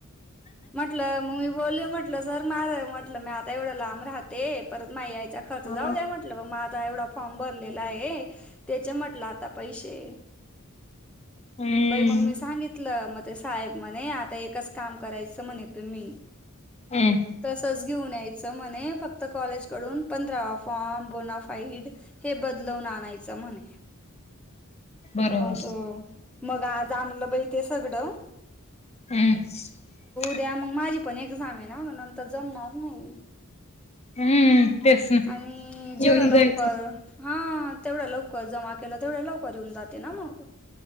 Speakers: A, in the centre; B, on the left (about 30°).
A: म्हटलं, मग मी बोलले म्हटलं सर, <unintelligible> म्हटलं मी आ एवढं लांब राहते. परत माई त्या
B: हा
A: खर्च जाऊ द्या. म्हटलं ब मग आता एवढा फॉर्म भरलेलाये जा त्याचे म्हटलं आता पैसे
B: हम्म
A: बाई, मग मी सांगितलं. मग ते साहेब म्हणे, आता एकच काम करायचं. म्हणे तुम्ही.
B: हम्म
A: तसच घेऊन याय सर म्हने फक्त कॉलेज कडून पंधरा फॉर्म, बोनाफाईड हे बदलवून आणायच. म्हणे.
B: बरोबर
A: मग, मग आज आणलं बाई ते सगड.
B: हम् <unintelligible>
A: द्या. मग माझी पण एक्झामय ना, म नंतर जमणार नाही.
B: हम्म तेच ना
A: आणि जेवढा
B: येऊन
A: लवकर
B: जायचं
A: हा तेवढ्या लवकर जमा केला, तेवढ्या लवकर येऊन जाते ना मग.